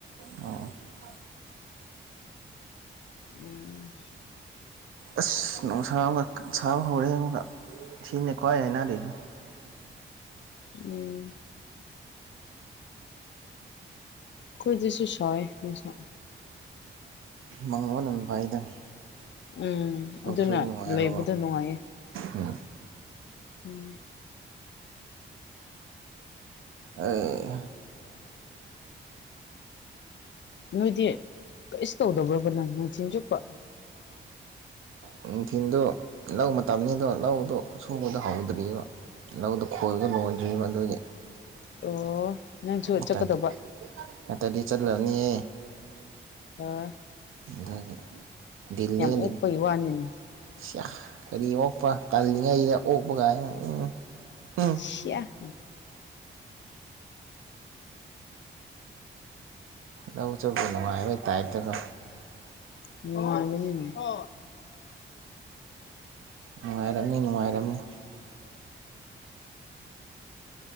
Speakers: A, on the right; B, on the left.
A: ꯑꯣ ꯑꯣ
B: ꯎꯝ
A: ꯑꯁ ꯅꯨꯡꯁꯥ ꯑꯃꯨꯛꯒ ꯒꯥꯟ ꯁꯥꯕ ꯍꯧꯔꯦ ꯑꯃꯨꯛꯒ ꯁꯤꯅꯦ ꯀ꯭ꯋꯥꯏ ꯍꯥꯏꯅꯗ꯭ꯔꯤꯁꯦ
B: ꯎꯝ ꯑꯩꯈꯣꯏꯗꯨꯁꯨ ꯁꯥꯢꯌꯦ ꯅꯨꯡꯁꯥ
A: ꯃꯪꯕꯅ ꯐꯩꯗ
B: ꯎꯝ
A: ꯊꯕꯛ
B: ꯑꯗꯨꯅ
A: ꯁꯨꯕ ꯅꯨꯡꯉꯥꯏꯕꯀꯣ
B: ꯂꯩꯕꯗꯣ ꯅꯨꯡꯉꯥꯏꯌꯦ
A: ꯎꯝ
B: ꯎꯝ
A: ꯑꯦ
B: ꯅꯣꯏꯗꯤ ꯀꯩꯁꯨ ꯇꯧꯗꯕ꯭ꯔꯕꯥ ꯅꯨꯡꯊꯤꯟ ꯆꯨꯞꯄ
A: ꯎ <inaudible> ꯅꯨꯡꯊꯤꯟꯗꯣ ꯂꯧ ꯃꯇꯝꯅꯤꯗꯣ ꯂꯧꯗꯣ ꯁꯨꯕꯗꯣ ꯍꯧꯗ꯭ꯔꯤꯑꯦꯕ ꯂꯧꯗꯣ ꯈꯣꯏꯕꯗꯣ ꯂꯣꯢꯗ꯭ꯔꯤꯑꯦꯕ ꯑꯗꯨꯒꯤ
B: ꯑꯣ ꯅꯪꯁꯨ
A: <unintelligible>
B: ꯆꯠꯀꯗꯧꯕ
A: ꯅꯠꯇꯥ꯭ꯔꯗꯤ ꯆꯠꯂꯅꯤꯌꯦ
B: ꯍꯣꯢ
A: ꯑꯗꯨꯒꯤ ꯗꯤꯜꯂꯦꯜꯂꯤꯅꯦ
B: ꯑꯣꯛꯄꯒꯤ ꯋꯥꯅꯤꯅꯦ
A: ꯁꯤꯌꯥ ꯀꯔꯤ ꯑꯣꯛꯄ ꯇꯥꯜꯂꯤꯉꯩꯗ ꯑꯣꯛꯄꯒꯥꯏ ꯎꯝ ꯎꯝ
B: ꯁꯤꯌꯥ
A: ꯂꯧ ꯆꯠꯕ ꯅꯨꯡꯉꯥꯏꯕꯩ ꯇꯥꯏꯞꯇꯒꯣ
B: ꯅꯨꯡꯉꯥꯢꯕꯅꯤꯅꯦ <unintelligible> <unintelligible> <unintelligible> ꯎꯝ
A: ꯅꯨꯡꯉꯥꯏꯔꯝꯅꯤ ꯅꯨꯡꯉꯥꯏꯔꯝꯅꯤ